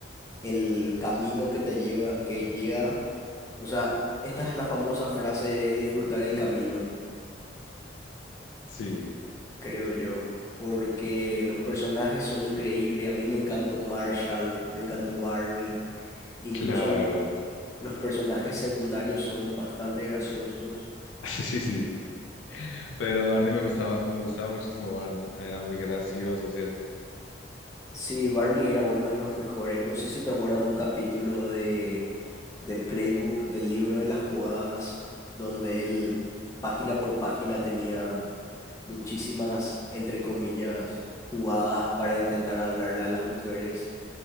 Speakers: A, on the left; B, on the left.
A: el camino que te lleva, que llega. O sea, esta es la famosa frase de disfrutar el camino,
B: sí,
A: creo yo, porque los personajes son increíbles. A mí me encantó Marshall, me encantó Barney, incluso
B: claro.
A: al- los personajes secundarios son bastante graciosos.
B: <laughs> Sí, sí. Pero Barney me gustaba, me gustaba muchísimo Barney. Ah, Era muy gracioso, ¿cierto?
A: Sí, Barney era uno de los mejores. No sé si te acuerdas un capítulo de, de Playbook, del libro de las jugadas, donde él página por página tenía muchísimas, entre comillas, jugadas para intentar hablarle a las mujeres.